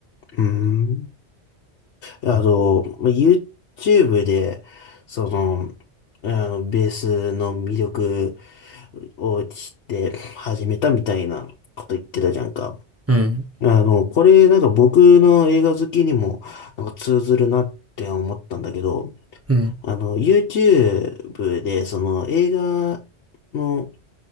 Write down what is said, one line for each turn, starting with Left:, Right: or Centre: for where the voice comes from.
Left: うん。あの、まあ YouTube で、その、あの、ベースの魅力を知って始めたみたいなこと言ってたじゃんか。
Right: うん、
Left: あの、これなんか僕の映画好きにもなんか通ずるなって思ったんだけど、
Right: うん、
Left: あの、YouTube で、その映画の、